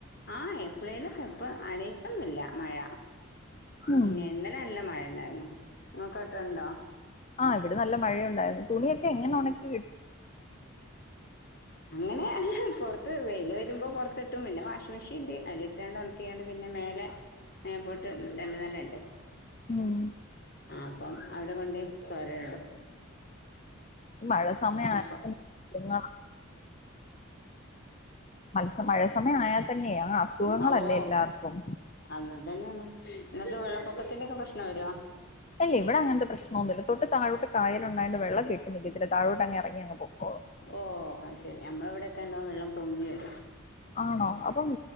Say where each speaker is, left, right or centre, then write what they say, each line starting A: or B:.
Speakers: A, on the left; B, on the left.
A: ആ എപ്ലെങ്കിലുമൊക്കെ ഇപ്പ അണ യിച്ചൊന്നില്ല മഴ
B: ഉം
A: പിന്നെ ഇ ന്നലെ നല്ല മഴണ്ടായിരുന്നു ഇങ്ങക്കൊക്കെ ണ്ടോ
B: ആഹ് ഇവിടെ നല്ല മഴയുണ്ടായിരുന്നു തുണിയൊക്കെ എങ്ങനെ ഉണക്കി
A: അങ്ങനെ പുറത്ത് വെയിൽ വരുമ്പോ പുറത്ത് ഇട്ടും പിന്നെ വാഷിംഗ മെഷീൻ ഉണ്ട് അതിലിട്ടാണ്ട് ഉണക്കിക്കാണ്ട് പിന്നെ പിന്നെ മേലെ മേപ്പോട്ട് രണ്ട് നെല ഉണ്ട്
B: ഉം
A: അപ്പം അവിടെ കൊണ്ട് സ്വരേ
B: ഈ മഴ സമയം
A: ഉ
B: ആയാൽ തന്നെ അസുഖങ്ങളാ. മത്സ മഴ സമയം ആയാൽ തന്നെ
A: ഏ
B: ആ അസുഖങ്ങളല്ലേ
A: ഓോ
B: എല്ലാവർക്കും
A: അന്നത് തന്നെയാണ് നിങ്ങക്ക് വെള്ളപ്പൊക്കത്തിന്റെൊക്കെ പ്രശ്നം വരുമോ
B: ഇല്ല ഇവിടെ അങ്ങനത്തെ പ്രശ്നം ഒന്നും ഇല്ല തൊട്ട് തായോട്ട് കായലുണ്ടായൊണ്ട് വെള്ളം കെട്ടി നിക്കത്തില്ല തായോട്ട് ഇറങ്ങി അങ്ങ് പൊക്കോളും
A: ഓ അത് ശെരി നമ്മള എവിടെക്കെ നല്ലോം വെള്ളം പൊങ്ങിവരും
B: ആണോ അപ്പം